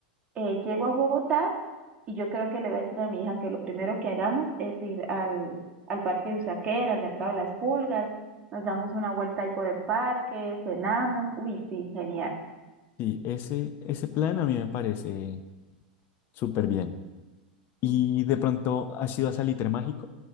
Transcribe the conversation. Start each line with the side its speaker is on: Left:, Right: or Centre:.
Right: eh, llego a Bogotá y yo creo que le voy a decir a mi hija que lo primero que hagamos es ir al, al Parque de Usaquén, al Mercado de las Pulgas, nos damos una vuelta ahí por el parque, cenamos. Uy, sí, genial.
Left: Sí, ese, ese plan a mí me parece súper bien. ¿Y de pronto has ido a Salitre Mágico